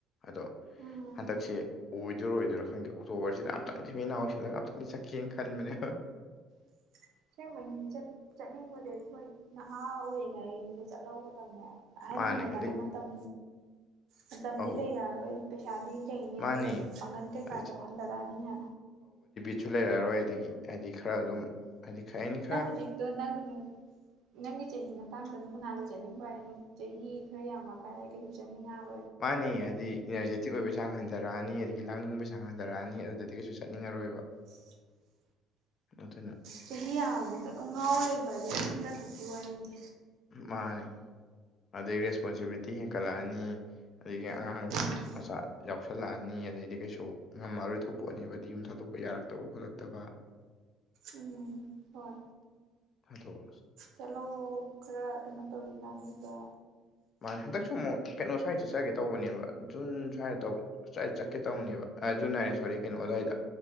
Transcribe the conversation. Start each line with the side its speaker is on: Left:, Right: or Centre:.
Left: ꯑꯗꯣ
Right: ꯎꯝ
Left: ꯍꯟꯗꯛꯁꯦ ꯑꯣꯏꯗꯣꯔꯥ ꯑꯣꯏꯔꯣꯏꯗꯤꯔꯥ ꯈꯪꯗꯦ ꯑꯣꯛꯇꯣꯕꯔꯁꯤꯗ ꯑꯃꯨꯛꯇꯪꯗꯤ ꯃꯤꯠ ꯅꯥ ꯎꯏꯁꯤꯜꯂꯒ ꯑꯝꯛꯇꯡꯗꯤ ꯆꯠꯀꯦꯅ ꯈꯟꯕꯅꯦ
Right: <inaudible> ꯁꯦꯡꯕꯩꯅ ꯆꯠꯅꯤꯡꯕꯗ ꯑꯩꯏ ꯅꯍꯥ ꯑꯣꯏꯔꯤꯉꯩꯗ ꯆꯠꯍꯗ ꯑꯍꯟ
Left: ꯃꯥꯅꯦ
Right: ꯑꯣꯏꯔꯀꯥꯟꯗ
Left: ꯑꯗꯩ
Right: ꯃꯇꯝ ꯃꯇꯝꯗꯤ
Left: ꯑꯧ
Right: ꯂꯩꯔꯛꯑꯔꯣꯏ ꯄꯩꯁꯥꯗꯤ ꯂꯩꯅꯤ
Left: ꯃꯥꯅꯦ
Right: ꯑꯗꯨꯗꯣ ꯄꯥꯡꯒꯟ ꯀꯩꯀꯥꯁꯨ
Left: ꯑꯗꯩ
Right: ꯍꯟꯊꯔꯛꯑꯅꯤꯅ
Left: ꯁꯨ ꯂꯩꯔꯛꯑꯔꯣꯏ ꯑꯗꯒꯤ ꯍꯥꯏꯗꯤ ꯈꯔ ꯑꯗꯨꯝ ꯍꯥꯏꯗꯤ ꯀꯩ ꯍꯥꯏꯅꯤ ꯈꯔ
Right: ꯅꯪ ꯍꯧꯖꯤꯛꯇꯣ ꯅꯪ ꯅꯪꯒꯤ ꯆꯍꯤ ꯃꯇꯥꯡꯗꯅ ꯃꯅꯥ ꯂꯩꯖꯅꯤꯡꯕ ꯍꯥꯏ ꯆꯍꯤ ꯈꯔ ꯌꯥꯝꯃ ꯀꯔꯤꯁꯨ ꯆꯥꯅꯤꯡ ꯉꯥꯛꯔꯣꯏ
Left: ꯃꯥꯅꯤ ꯍꯥꯏꯗꯤ ꯏꯅꯔꯖꯦꯇꯤꯛ ꯑꯣꯏꯕꯒꯤ ꯆꯥꯡ ꯍꯟꯊꯔꯛꯑꯅꯤ ꯑꯗꯒꯤ ꯂꯥꯡꯅꯤꯡꯕꯒꯤ ꯆꯥꯡ ꯍꯟꯊꯔꯛꯑꯅꯤ ꯑꯗꯨꯗꯤ ꯀꯩꯁꯨ ꯆꯠꯅꯤꯡꯉꯔꯣꯏꯕ
Right: <inaudible>
Left: ꯄꯇꯨꯏꯅꯥ
Right: ꯆꯍꯤ ꯌꯥꯝꯉꯕꯧꯇ ꯑꯗꯨꯝ ꯉꯥꯎꯔ ꯂꯩꯕꯥ ꯍꯥꯏꯁꯤ ꯃꯤ ꯈꯔ ꯈꯛꯀꯤ ꯋꯥꯔꯤꯅꯤ
Left: ꯃꯥꯅꯦ ꯑꯗꯩ ꯔꯦꯁꯄꯣꯟꯁꯤꯕꯤꯂꯤꯇꯤ ꯍꯦꯟꯀꯠꯂꯛꯑꯅꯤ ꯑꯗꯒꯤ ꯑꯉꯥꯡ
Right: ꯎꯝ
Left: ꯃꯆꯥ ꯌꯥꯎꯁꯜꯂꯛꯑꯅꯤ ꯑꯗꯩꯗꯤ ꯀꯩꯁꯨ ꯉꯝꯃꯔꯣꯏ ꯊꯣꯛꯄꯣꯠꯅꯦꯕꯗꯤ ꯌꯨꯝ ꯊꯥꯗꯣꯛꯄ ꯌꯥꯔꯛꯇꯕ ꯈꯣꯠꯂꯛꯇꯕ
Right: ꯎꯝ ꯍꯣꯏ
Left: ꯑꯗꯣ
Right: ꯆꯠꯍꯧꯔꯣ ꯈꯔ ꯀꯩꯅꯣ ꯇꯧꯔꯤ ꯀꯥꯟꯗꯨꯗ
Left: ꯃꯥꯅꯦ ꯍꯟꯗꯛꯁꯨ ꯑꯃꯨꯛ ꯀꯩꯅꯣ ꯁ꯭ꯋꯥꯏ ꯆꯠꯆꯒꯦ ꯇꯧꯕꯅꯦꯕ ꯖꯨꯟ ꯁ꯭ꯋꯥꯏꯗ ꯆꯠꯀꯦ ꯇꯧꯕꯅꯦꯕ ꯑ ꯖꯨꯟ ꯍꯥꯏꯔꯦ ꯁꯣꯔꯤ ꯀꯩꯅꯣ ꯑꯗꯨꯋꯥꯏꯗ